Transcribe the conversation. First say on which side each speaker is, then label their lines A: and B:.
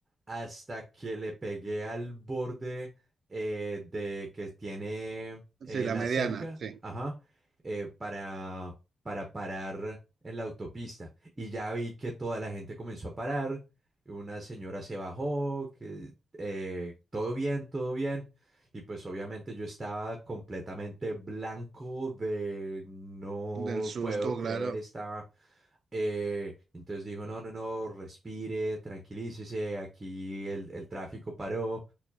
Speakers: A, on the right; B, on the right.
A: hasta que le pegué al borde eh, de que tiene eh,
B: Sí, la
A: la
B: mediana,
A: cerca,
B: sí.
A: ajá, eh, para, para parar en la autopista. Y ya vi que toda la gente comenzó a parar, una señora se bajó, que eh, todo bien, todo bien. Y pues obviamente yo estaba completamente blanco de no
B: Del susto,
A: puedo creer,
B: claro.
A: estaba... eh, entonces dijo, no, no, no, respire, tranquilícese, aquí el, el tráfico paró.